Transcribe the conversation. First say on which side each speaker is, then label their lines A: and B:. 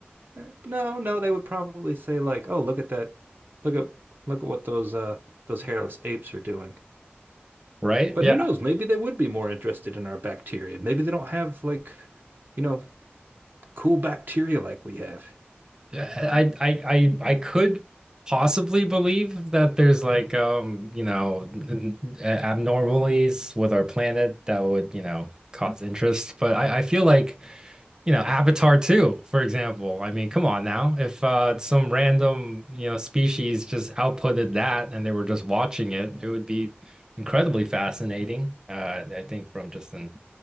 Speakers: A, on the right (about 55°); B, on the right (about 20°).
A: Eh, No, no, they would probably say like, Oh, look at that. Look at look at what those uh those hairless apes are doing.
B: Right?
A: But
B: yeah.
A: who knows? Maybe they would be more interested in our bacteria. Maybe they don't have like, you know, cool bacteria like we have.
B: I I I I could possibly believe that there's like um you know abnormalities with our planet that would you know cause interest, but I I feel like you know Avatar 2, for example. I mean, come on now. If uh some random you know species just outputted that and they were just watching it, it would be incredibly fascinating. Uh, I think from just an